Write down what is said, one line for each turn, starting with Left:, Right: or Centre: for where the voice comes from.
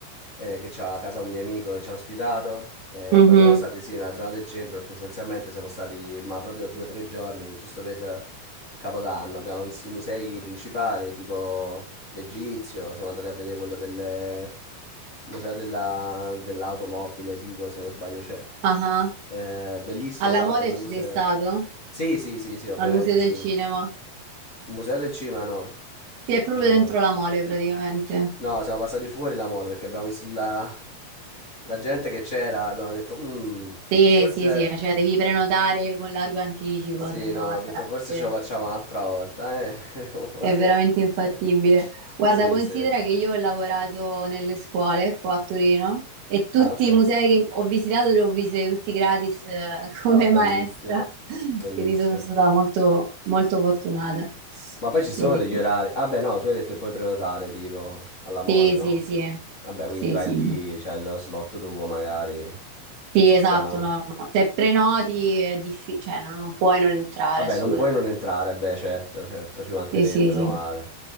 Left: eh, che c'ha a casa un mio amico che ci ha ospitato. eh,
Right: Mhm.
Left: poi siamo stati sì nella zona del centro perché essenzialmente siamo stati ma proprio due o tre giorni, giusto per Capodanno. Abbiamo visto i musei principali, tipo l'Egizio, siamo andati a vedere quello delle museo della- dell'automobile, tipo, se non sbaglio c'è.
Right: Ah,
Left: Eh, bellissimo,
Right: Alla
Left: tra
Right: Mole
Left: l'altro, quel
Right: ci
Left: museo.
Right: sei stato?
Left: Sì, sì, sì, sì, ovviamente
Right: Al Museo del
Left: sì.
Right: Cinema?
Left: Il museo del cinema no.
Right: Sì, è proprio
Left: No,
Right: dentro
Left: no.
Right: la Mole praticamente.
Left: No, siamo passati fuori la mall perché abbiamo visto la, <laughs> la gente che c'era e abbiamo detto, "Mm,
Right: Sì,
Left: forse...
Right: sì, sì, cioè devi prenotare con largo anticipo,
Left: Sì,
Right: se no...
Left: no,
Right: è
Left: ho detto forse
Right: veramente-
Left: ce lo facciamo un'altra volta, eh. <laughs> O Forse...
Right: È veramente infattibile.
Left: <laughs>
Right: Guarda,
Left: Sì,
Right: considera
Left: sì.
Right: che io ho lavorato nelle scuole qua a Torino e tutti
Left: Ah, ok.
Right: i musei che ho visitato li ho visitati tutti gratis eh, <laughs> come
Left: Ah, bellissimo.
Right: maestra,
Left: Bellissimo.
Right: quindi sono stata molto, molto fortunata.
Left: Ma poi ci sono
Right: E-
Left: degli orari. Ah beh, no, tu hai detto che puoi prenotare tipo alla mole,
Right: Sì,
Left: no?
Right: sì, sì,
Left: Vabbè, quindi
Right: sì,
Left: vai
Right: sì,
Left: lì,
Right: sì.
Left: c'è lo slot tuo magari.
Right: Sì,
Left: Ci
Right: esatto,
Left: sta.
Right: no, no, no. Se prenoti è difficile, cioè no, non puoi non entrare
Left: Vabbè,
Right: assolutamente.
Left: non puoi non entrare, beh, certo, certo, ci mancherebbe,
Right: Sì, sì,
Left: meno
Right: sì.
Left: male.